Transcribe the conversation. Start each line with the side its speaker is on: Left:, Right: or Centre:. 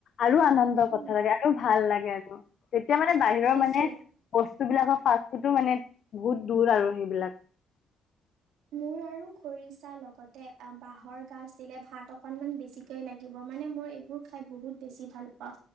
Left: আৰু আনন্দৰ
Right: উম,
Left: কথা লাগে আৰু ভাল লাগে আৰু তেতিয়া মানে বাহিৰৰ
Right: তাকে।
Left: মানে ব বস্তুবিলাকৰ ফাষ্ট ফুড মানে বহুত দূৰ আৰু সেইবিলাক।
Right: মোৰ আৰু খৰিচা লগতে বাঁহৰ গাজ দিলে ভাত অকনমান বেছিকৈ লাগিব মানে। এইবোৰ খাই বহুত বেছি ভাল পাওঁ।